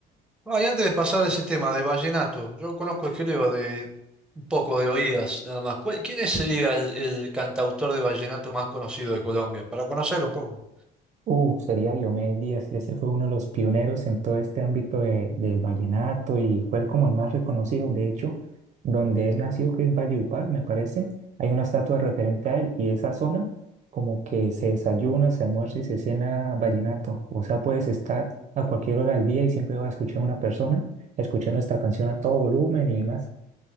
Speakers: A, in the centre; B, on the right.
A: Ah, y antes de pasar a ese tema de vallenato, yo conozco, creo, de un poco de oídas, nada más. ¿Cuál- quién es, sería el, el cantautor de vallenato más conocido de Colombia? Para conocer un poco.
B: Uh, sería Diomedes Díaz, ese fue uno de los pioneros en todo este ámbito de- del vallenato y fue el como el más reconocido, de hecho, donde él nació, que es Valledupar, me parece, hay una estatua referente a él y esa zona como que se desayuna, se almuerza y se cena vallenato, o sea, puedes estar a cualquier hora del día y siempre vas a escuchar a una persona escuchando esta canción a todo volumen y demás.